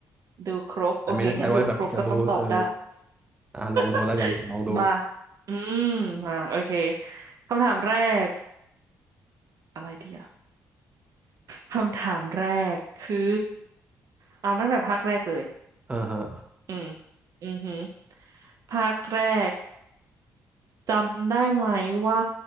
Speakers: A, on the right; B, on the right.
A: ดูครบโอเคงั้นดูครบก็ต้องตอบได้
B: แต่ไม่แน่ใจว่าแบบจะรู้เอออ่ะลองดูแล้วกันลองดู
A: <laughs> มาอืมมาโอเคคำถามแรกอะไรดีอ่ะคำถามแรกคือเอาตั้งแต่ภาคแรกเลย
B: อ่าฮะ
A: อืมอือหือภาคแรกจำได้ไหมว่า